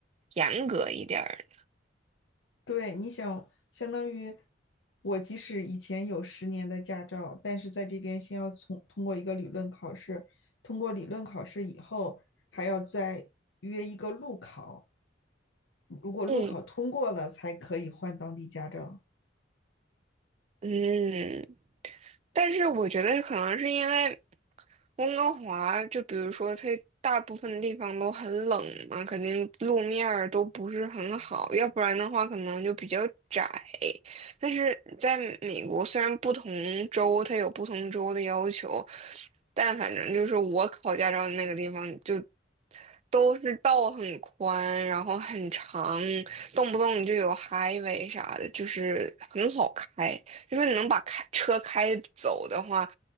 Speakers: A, on the right; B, on the left.
A: 严格一点儿。
B: 对，你想，相当于我即使以前有十年的驾照，但是在这边先要从通过一个理论考试，通过理论考试以后，还要再约一个路考，如果路考通过了，
A: 嗯
B: 才可以换当地驾照。
A: 嗯。但是我觉得可能是因为温哥华，就比如说它大部分地方都很冷嘛，肯定路面儿都不是很好，要不然的话可能就比较窄。但是在美国，虽然不同州它有不同州的要求，但反正就是我考驾照的那个地方就都是道很宽，然后很长，动不动就有 highway 啥的，就是很好开。因为你能把开车开走的话，